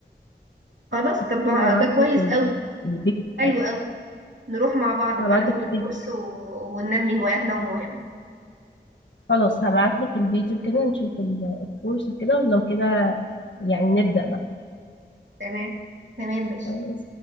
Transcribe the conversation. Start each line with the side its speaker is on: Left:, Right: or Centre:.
Right: خلاص طب
Left: ممكن
Right: ما
Left: ابعت
Right: ده كويس
Left: لك ال...
Right: قوي
Left: البيج بتاعك
Right: حلو قوي نروح مع بعض
Left: ابعت
Right: بقى ناخد
Left: لك
Right: الكورس
Left: البيج
Right: و... وننمي هواياتنا ومواهبنا
Left: خلاص هبعت لك الفيديو كده نشوف ال- الكورس وكده ولو كده يعني نبدأ بقى
Right: تمام تمام ماشي
Left: خلاص